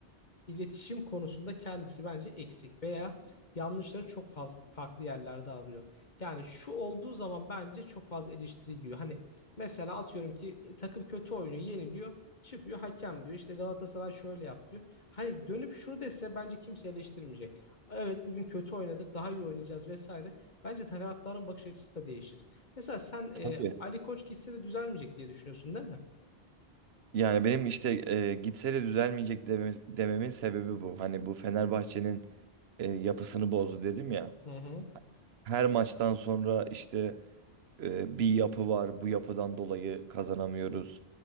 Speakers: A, on the left; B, on the right.
A: iletişim konusunda kendisi bence eksik veya yanlışları çok fazla farklı yerlerde arıyor. Yani şu olduğu zaman bence çok fazla eleştiri yiyor. Hani mesela atıyorum ki e, takım kötü oynuyor, yeniliyor, çıkıyor hakem diyor. işte Galatasaray şöyle yap diyor. Hani dönüp şunu dese bence kimse eleştirmeyecek. Evet bugün kötü oynadık, daha iyi oynayacağız vesaire. Bence taraftarın bakış açısı da değişir. Mesela sen e,
B: Tabii.
A: Ali Koç gitse de düzelmeyecek diye düşünüyorsun değil mi?
B: Yani benim işte e, gitse de düzelmeyecek deme- dememin sebebi bu. Hani bu Fenerbahçe'nin e, yapısını bozdu dedim ya.
A: Hı hı,
B: Her maçtan sonra işte e, bir yapı var. Bu yapıdan dolayı kazanamıyoruz.